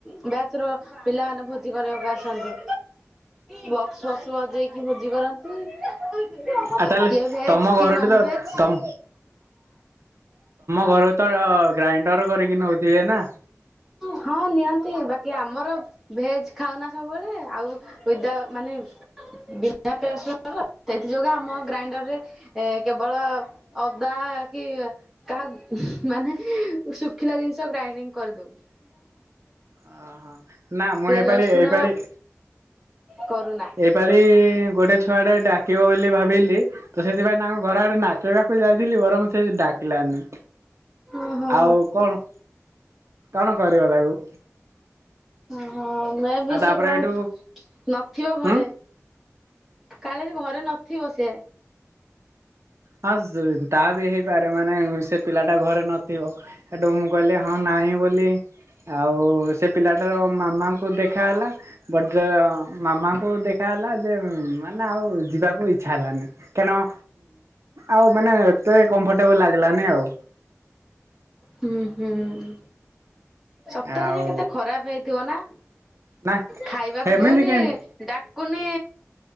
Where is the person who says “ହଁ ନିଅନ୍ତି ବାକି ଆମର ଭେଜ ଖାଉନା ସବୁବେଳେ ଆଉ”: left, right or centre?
Centre